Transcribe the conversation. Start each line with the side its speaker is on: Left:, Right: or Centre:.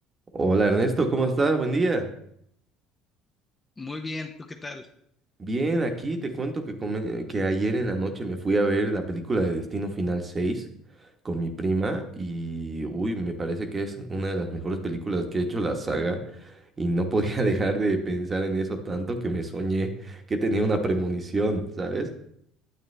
Right: Hola Ernesto, ¿cómo estás? Buen día.
Left: Muy bien, ¿tú qué tal?
Right: Bien, aquí te cuento que, come- que ayer en la noche me fui a ver la película de Destino Final 6 con mi prima y, uy, me parece que es una de las mejores películas que ha hecho la saga y no podía <laughs> dejar de pensar en eso tanto que me soñé que tenía una premonición, ¿sabes?